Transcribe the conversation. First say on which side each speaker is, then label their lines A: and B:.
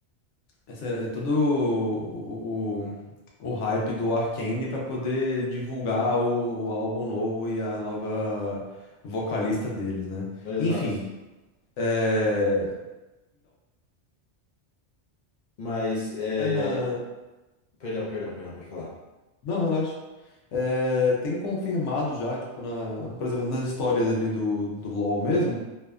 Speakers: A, on the left; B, on the left.
A: essa, todo o, o, o hype do Arcane pra poder divulgar o, o álbum novo e a nova vocalista deles, né?
B: Exato.
A: Enfim, é...
B: Mas é,
A: então...
B: Perdão, perdão, perdão, pode falar.
A: Não, relaxa. É, tem confirmado já, tipo, na, por exemplo, nas histórias ali do, do LoL mesmo,